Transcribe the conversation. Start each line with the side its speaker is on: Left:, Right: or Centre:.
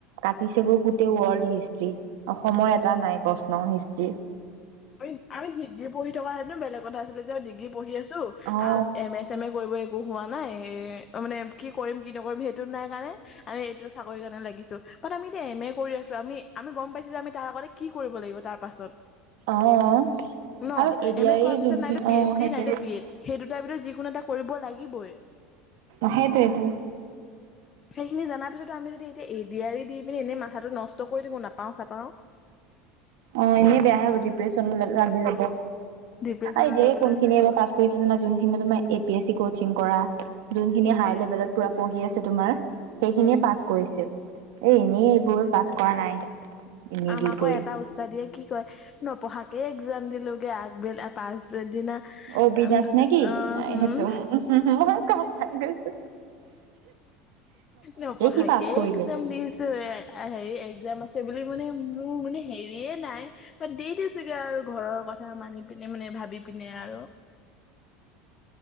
Right: কাটিছেগৈ গোটেই ৱৰ্ল্ড হিষ্টি। অসমৰ এটা নাই প্ৰশ্ন হিষ্ট্ৰীৰ।
Left: আমি আমি ডিগ্ৰী পঢ়ি থকা সেতেনো বেলেগ কথা আছিলে যে ডিগ্ৰী পঢ়ি আছো
Right: অ
Left: আ এম এ চেম এ কৰিব একো হোৱা নাই, এ মানে কি কৰিম, কি নকৰিম, সেইটো নাই কাৰণে আমি এইটো চাকৰি কাৰণে লাগিছো। বাট আমি এতিয়া এম এ কৰি আছো। আমি আমি গম পাইছো যে আমি তাৰ আগতে কি কৰিব লাগিব তাৰ পাছত।
Right: অঁ
Left: ন
Right: আৰু এ দি
Left: এম
Right: আৰি
Left: কৰাৰ
Right: এই
Left: পিছত
Right: যোনখি,
Left: নাইতো পি
Right: অ
Left: এইচ ডি
Right: সেইটো
Left: নাইতো বি এড সেই দুটাৰ ভিতৰত যিকোনো এটা কৰিব লাগিবই।
Right: অঁ সেইটোৱেই টো।
Left: সেইখিনি জনাৰ পিছতো আমি যদি এতিয়া এডিয়াৰি দি পিনি এনেই মাথাটো নষ্ট কৰি থাকো, নাপাওঁ চাপাওঁ।
Right: অ এনেই বেয়া ডিপ্ৰেচন লাগি যাব।
Left: ডিপ্ৰেচন
Right: এদিয়াৰি
Left: লেভেলত
Right: কোন খিনি
Left: যায়
Right: এবাৰ
Left: হয়
Right: পাছ কৰিছে জানা? যোনখিনি তোমাৰ A P S C course coaching কৰা, যোনখিনি
Left: সেইটোৱে
Right: হাই লেবেলত পুৰা পঢ়ি আছে তোমাৰ, সেইখিনিয়ে
Left: উম
Right: পাছ কৰিছে। এ এনেই এইবোৰ পাছ কৰা নাই। এনেই
Left: আমাকো
Right: দি কৰি
Left: এটা উস্তাদিয়ে কি কয় নপঢ়াকে এক্জাম দিলোগে আগবেল পাছবেল দিনা
Right: অবিনাশ
Left: উম,
Right: নে কি
Left: অঁ হুম।
Right: সেইটো মই গম পাই গৈছো।
Left: নপঢ়াকে
Right: সি পাছ কৰিলে
Left: এক্জাম দিছো এ হেৰি এক্জাম আছে বুলি মানে মোৰ মানে হেৰিয়ে নাই। দি দিছোগে আৰু ঘৰৰ কথা মানি। ভি পিনে মানে ভাবি পিনে আৰু-
Right: <inaudible>